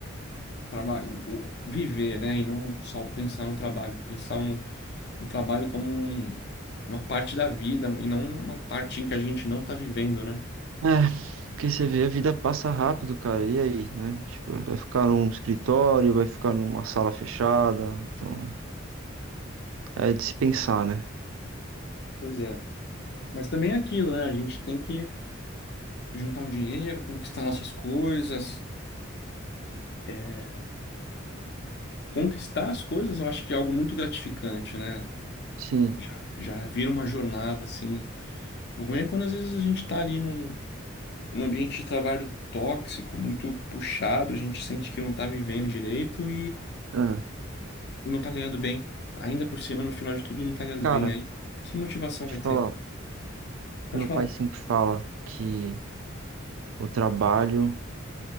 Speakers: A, on the left; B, on the right.
A: trabalho, o, o viver, né? E não só pensar no trabalho, pensar no, no trabalho como um- uma parte da vida e não uma parte em que a gente não está vivendo, né?
B: É, porque você vê, a vida passa rápido, cara. E aí, né? Tipo, vai ficar num escritório, vai ficar numa sala fechada. Então, é de se pensar, né?
A: Pois é. Mas também é aquilo, né? A gente tem que juntar um dinheiro, conquistar nossas coisas. é, conquistar as coisas, eu acho que é algo muito gratificante, né?
B: Sim.
A: Já, já vira uma jornada, assim. O ruim é quando às vezes a gente tá ali num, num ambiente de trabalho tóxico, muito puxado, a gente sente que não tá vivendo direito
B: Ah,
A: não tá ganhando bem. Ainda por cima, no final de tudo, não tá ganhando
B: cara,
A: bem. Aí, que motivação
B: deixa
A: vai ter?
B: eu falar.
A: Pode
B: Meu
A: falar.
B: pai sempre fala que o trabalho